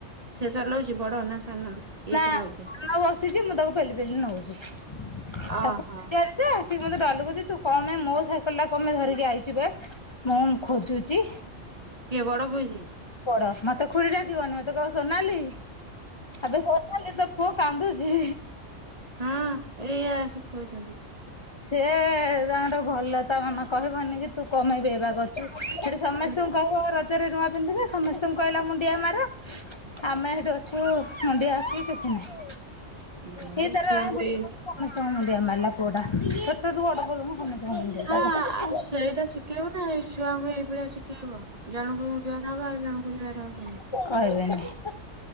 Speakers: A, on the right (about 35°); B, on the left (about 35°).
A: ସେ ଚଲାଉଛି ବଡ ନା ସାନ। ଇଏ
B: ନା
A: ଚଲଉଛି?
B: ସାନ ବସିଛି ମୁଁ ତାକୁ ପେଲି ପେଲି ନଉଛି
A: ଓହୋ
B: ତାକୁ <inaudible> ସେ ଆସିକି ମତେ ଡଲ କୋଉଛି ତୁ କନ୍ ନାଇଁ ମୋ ସାଇକେଲ ଟା କମାଇଁ ଧରିକି ଆଇଚୁବେ। ମୁଁ ଖୋଜୁଚି।
A: କିଏ ବଡ କୋଉଚି।
B: ବଡ ମତେ ଖୁଡ଼ି ଡାକିବନି ମତେ କହବ ସୋନାଲି ଆବେ ସୋନାଲି ତୋ ପୁଅ କାନ୍ଦୁଛି।
A: ହଁ ଏଇଆ ଶିଖଉଛନ୍ତି।
B: ସିଏ ତାଙ୍କର ଭଲ ତା ମାମା କହିବନି କି ତୁ କପାଇଁ ବେ ବା କରୁଛୁ ସେଠି
A: ହୁଁ।
B: ସମସ୍ତଙ୍କୁ କହିବ ରଜରେ ନୂଆ ପିନ୍ଧିଲେ ସମସ୍ତଙ୍କୁ କଇଲା ମୁଣ୍ଡିଆ ମାର। ଆମେ ହେଠୁ ଅଛୁ ମୁଣ୍ଡିଆ ଠି କିଛି ନାଇଁ।
A: ହୁଁ
B: ସିଏ ତାର
A: ଛୁଆଙ୍କୁ
B: ଯାଇ ବୁଲି
A: ଏଇ
B: ବୁଲି ମୁଣ୍ଡିଆ ମାରିଲା ପୁଅ ଟା ଛୋଟରୁ ବଡ ପର୍ଜନ୍ତ ସମ୍
A: ହଁ
B: <inaudible>
A: ଆଉ ସେଇଟା ଶିଖେଇବ ନା ଏଇ ଛୁଆଙ୍କୁ ଏଇ ଭଳିଆ ଶିଖେଇବ ଜଣଙ୍କୁ ଜୁହାର ହବ ଆଉ ଜଣଙ୍କୁ ଜୁହାର ହବନି।
B: ସେ କହିବେନି।